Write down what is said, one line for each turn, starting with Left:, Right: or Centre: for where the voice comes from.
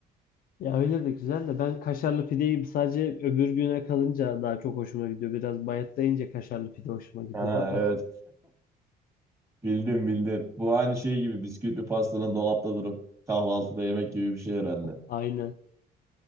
Left: Ya öyle de güzel de ben kaşarlı pideyi sadece öbür güne kalınca daha çok hoşuma gidiyor. Biraz bayatlayınca kaşarlı pide hoşuma gidiyor.
Right: Ha, evet bildim bildim. Bu aynı şey gibi bisküvili pastanın dolapta durup kahvaltıda yemek gibi bir şey herhalde.
Left: <laughs> Aynen.